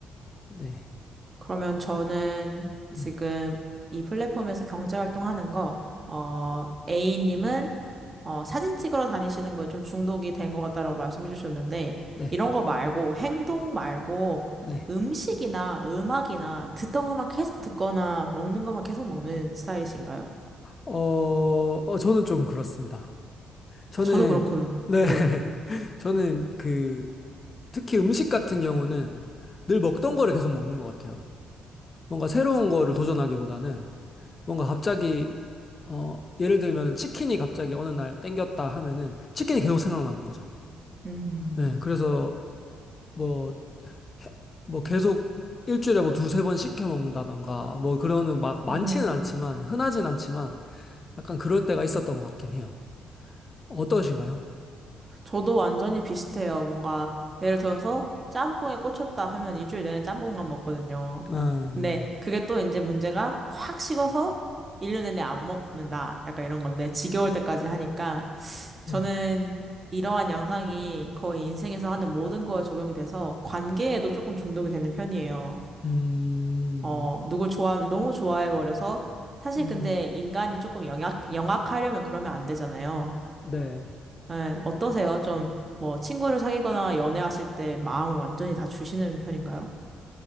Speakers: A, on the left; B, on the right.
A: 네.
B: 그러면 저는
A: 네.
B: 지금 이 플랫폼에서 경제활동 하는 거, 어, A님은 어, 사진 찍으러 다니시는 거에 좀 중독이 된 것 같다라고 말씀해 주셨는데,
A: 네,
B: 이런 거 말고, 행동 말고,
A: 네.
B: 음식이나 음악이나 듣던 것만 계속 듣거나 먹는 것만 계속 먹는 스타일이신가요?
A: 어, 어, 저는 좀 그렇습니다. 저는,
B: 아, 저도 그렇거든요.
A: 네.
B: 네네.
A: <laughs> 저는 그, 특히 음식 같은 경우는 늘 먹던 거를 계속 먹는 것 같아요. 뭔가 새로운 거를 도전하기보다는 뭔가 갑자기, 어, 예를 들면 치킨이 갑자기 어느 날 땡겼다 하면은 치킨이 계속 생각나는 거죠.
B: 음,
A: 네, 그래서 뭐, 해- 뭐 계속 일주일에 뭐 두세 번 시켜 먹는다던가 뭐 그러는 막 많지는
B: 음,
A: 않지만 흔하진 않지만 약간 그럴 때가 있었던 것 같긴 해요. 어떠신가요?
B: 저도 완전히 비슷해요. 뭔가, 예를 들어서 짬뽕에 꽂혔다 하면 일주일 내내 짬뽕만 먹거든요.
A: 아,
B: 근데 그게 또 이제 문제가 확 식어서 1년 내내 안 먹는다. 약간 이런 건데, 지겨울 때까지 하니까,
A: 네.
B: 저는 이러한 양상이 거의 인생에서 하는 모든 거에 적용이 돼서 관계에도 조금 중독이 되는 편이에요.
A: 음,
B: 어, 누굴 좋아하면 너무 좋아해버려서, 사실
A: 음,
B: 근데 인간이 조금 영악, 영악하려면 그러면 안 되잖아요.
A: 네.
B: 예, 어떠세요? 좀, 뭐, 친구를 사귀거나 연애하실 때 마음을 완전히 다 주시는 편인가요?